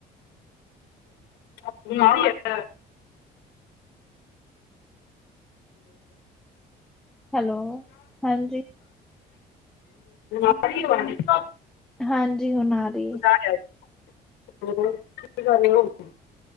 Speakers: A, on the left (about 85°); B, in the centre.
A: <unintelligible>
B: ਹੈਲੋ ਹਾਂਜੀ।
A: <unintelligible>
B: ਹਾਂਜੀ ਹੁਣ। ਰਹੀ ਹੈ।
A: ਬਾਇਆ <unintelligible>